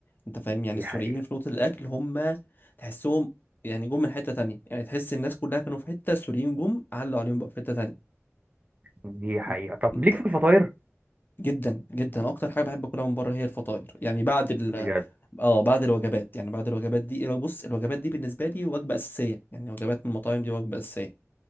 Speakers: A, on the left; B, on the right.
A: أنت فاهم يعني
B: دي
A: السوريين
B: حقيقة
A: في نقطة الأكل هم تحسهم يعني جم من حتة تانية يعني تحس الناس كلها كانوا في حتة السوريين جم علوا عليهم بقى في حتة تانية
B: دي حقيقة
A: أنت
B: طب
A: أنت
B: ليك في الفطاير
A: جدا جدا أكتر حاجة بحب أكلها من بره هي الفطاير يعني بعد ال
B: بجد
A: اه بعد الوجبات يعني بعد الوجبات دي بص الوجبات دي بالنسبة لي وجبة أساسية يعني وجبات من المطاعم دي وجبة أساسية